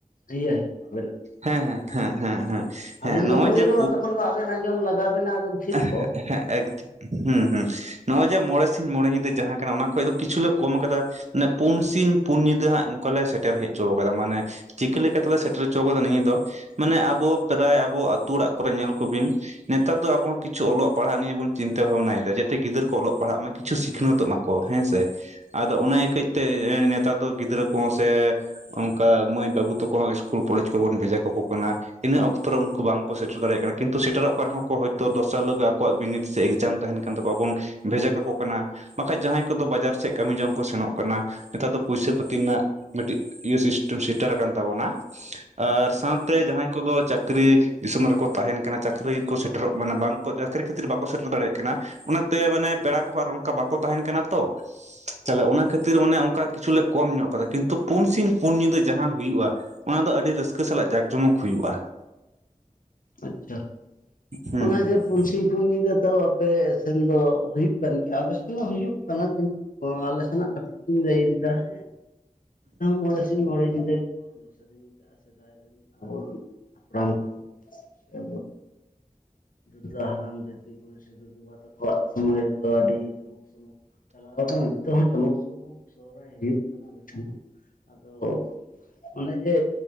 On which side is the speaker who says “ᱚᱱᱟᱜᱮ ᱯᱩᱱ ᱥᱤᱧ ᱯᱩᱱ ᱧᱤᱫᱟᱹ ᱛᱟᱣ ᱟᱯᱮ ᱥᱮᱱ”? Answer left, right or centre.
Left